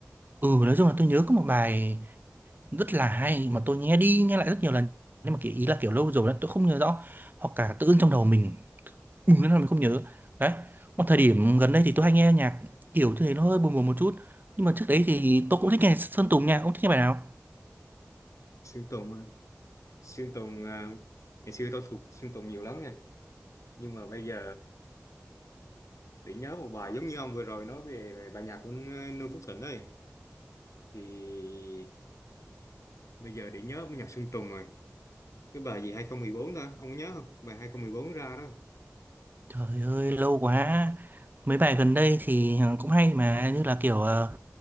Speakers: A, on the right (about 40°); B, on the left (about 80°).
A: ừ nói chung là tôi nhớ có một bài rất là hay mà tôi nghe đi nghe lại rất nhiều lần nhưng mà kiểu ý là kiểu lâu rồi đó tôi không nhớ rõ hoặc cả tự dưng trong đầu mình bùng lên là mình không nhớ đấy một thời điểm gần đây thì tôi hay nghe nhạc kiểu như thế nó hơi buồn buồn một chút nhưng mà trước đấy thì tôi cũng thích nghe Sơn Tùng nha ông thích nghe bài nào
B: Sơn Tùng Sơn Tùng à, ngày xưa tôi thuộc Sơn Tùng nhiều lắm nha nhưng mà bây giờ để nhớ một bài giống như ông vừa rồi nói về, về bài nhạc của Noo Phước Thịnh ấy thì bây giờ để nhớ bài nhạc Sơn Tùng rồi cái bài gì 2014 ta ông nhớ không bài 2014 ra đó
A: Trời ơi lâu quá mấy bài gần đây thì ờ, cũng hay mà như là kiểu ờ,